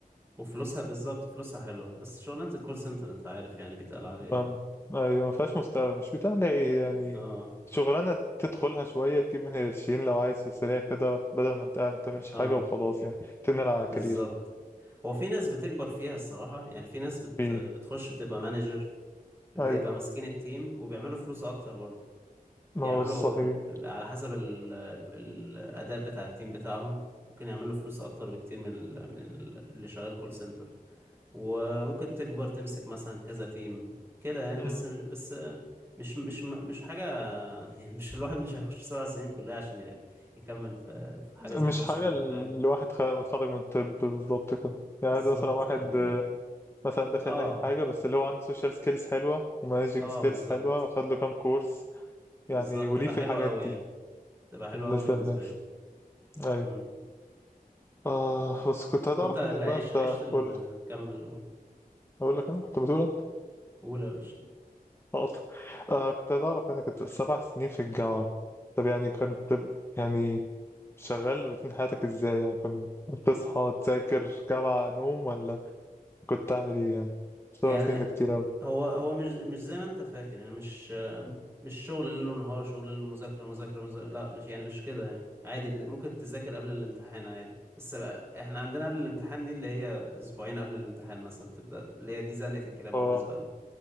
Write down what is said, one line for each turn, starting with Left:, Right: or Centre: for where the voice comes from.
Right: وفلوسها بالظبط فلوسها حلوة بس شغلانة الكول سنتر انت عارف يعني بيتقال عليها
Left: ما
Right: ايه
Left: أيوة، ما فيهاش مستقبل مش بتعمل ايه يعني
Right: اه
Left: شغلانة تدخلها شوية تجيب منها قرشين لو عايز في السريع كده بدل ما انت قاعد ما بتعملش حاجة
Right: اه
Left: وخلاص يعني تنقل على
Right: بالظبط
Left: كارير
Right: هو في ناس بتكبر فيها الصراحة يعني في ناس بت...
Left: في
Right: بتخش بتبقى مانجر بيبقى
Left: ايوه
Right: ماسكين التيم وبيعملوا فلوس اكتر برضه بيعملوا
Left: ما هو صحيح
Right: على حسب ال... ال... الاداء بتاع التيم بتاعهم ممكن يعملوا فلوس اكتر بكتير من ال... من ال... اللي شغال كول سنتر وممكن تكبر تمسك مثلا كذا تيم كده يعني
Left: مم.
Right: بس بس مش مش مش حاجة <laughs> يعني مش الواحد مش هيخش سبع سنين كلها عشان ي- يكمل في في حاجة زي
Left: مش
Right: كول
Left: حاجة
Right: سنتر
Left: الواحد
Right: فاهم
Left: خ- متخرج من الطب بالظبط كده يعني
Right: بالظبط
Left: عايز مثلا واحد
Right: يعني
Left: آه، مثلا داخل
Right: اه
Left: أي حاجة بس اللي هو عنده سوشيال سكيلز حلوة ومانجينج
Right: اه
Left: سكيلز
Right: بالظبط
Left: حلوة واخد له كام كورس يعني
Right: بالظبط
Left: وليه
Right: هتبقى
Left: في
Right: حلوة
Left: الحاجات
Right: أوي
Left: دي
Right: يعني هتبقى حلوة
Left: بالنسبة
Right: أوي بالنسبة
Left: للناس
Right: له
Left: أيوة
Right: امم
Left: آه بس كنت هتعرف
Right: وانت لا
Left: منك بقى
Right: عيش
Left: أنت
Right: عشت ال
Left: قول
Right: كمل قول
Left: اقول لك انا كنت بتقول انت
Right: قول يا باشا
Left: غلط آه كنت عايز اعرف انا كنت سبع سنين في الجامعه طب يعني كنت ب- يعني شغال روتين حياتك ازاي يعني كنت بتصحى تذاكر جامعه نوم ولا كنت تعمل ايه يعني سبع
Right: يعني
Left: سنين ده كتير اوي
Right: هو هو مش مش زي ما انت فاكر يعني مش
Left: مم.
Right: مش شغل ليل ونهار شغل ليل ومذاكرة مذاكرة مذاكرة لا مش يعني مش كده يعني عادي بت- ممكن تذاكر قبل الامتحان عادي بس بقى احنا عندنا قبل الامتحان دي اللي هي اسبوعين قبل الامتحان مثلا بتبدأ اللي هي دي زنقة الكلاب
Left: اه
Right: بالنسبة لنا